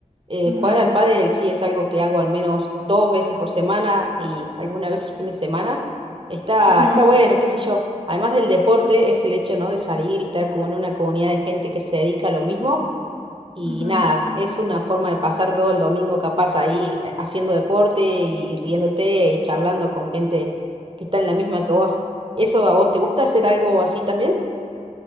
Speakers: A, on the right (about 40°); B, on the left (about 65°).
A: Eh,
B: Ujú,
A: jugar al pádel sí es algo que hago al menos dos veces por semana y alguna vez el fin de semana. Está,
B: ujú,
A: está bueno, qué sé yo. Además del deporte, es el hecho, ¿no? de salir y estar como en una comunidad de gente que se dedica a lo mismo. Y
B: ujú.
A: nada, es una forma de pasar todo el domingo capaz ahí eh, haciendo deporte y riéndote y charlando con gente que está en la misma que vos. ¿Eso a vos te gusta hacer algo así también?